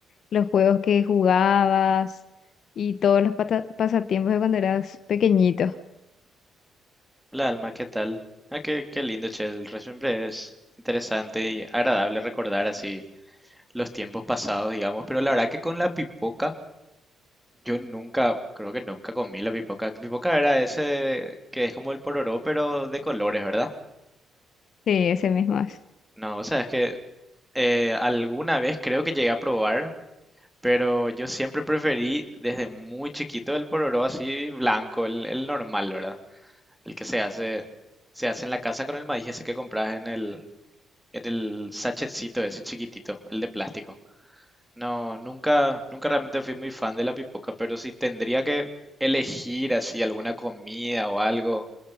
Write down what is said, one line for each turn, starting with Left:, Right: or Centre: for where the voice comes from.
Left: los juegos que jugabas y todos los pata- pasatiempos de cuando eras pequeñito.
Centre: Hola Alma, ¿qué tal? Ah, qué, qué lindo, che. el re- Siempre es interesante y agradable recordar así los tiempos pasados, digamos. Pero la verdad que con la pipoca, yo nunca, creo que nunca comí la pipoca. Pipoca era ese que es como el pororó, pero de colores, ¿verdad?
Left: Sí, ese mismo es.
Centre: No, o sea, es que eh, alguna vez creo que llegué a probar, pero yo siempre preferí desde muy chiquito el pororó así blanco, el, el normal, ¿verdad? El que se hace, se hace en la casa con el maíz ese que compras en el, en el sachetcito ese chiquitito, el de plástico. No, nunca, nunca realmente fui muy fan de la pipoca, pero si tendría que elegir así alguna comida o algo